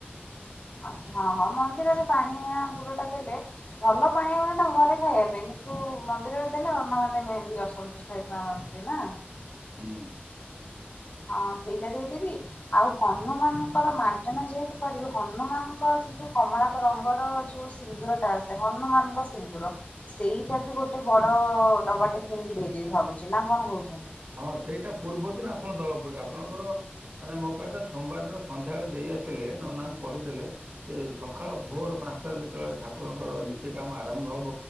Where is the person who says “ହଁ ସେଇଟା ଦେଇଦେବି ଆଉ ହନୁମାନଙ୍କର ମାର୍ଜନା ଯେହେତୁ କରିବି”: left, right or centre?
Left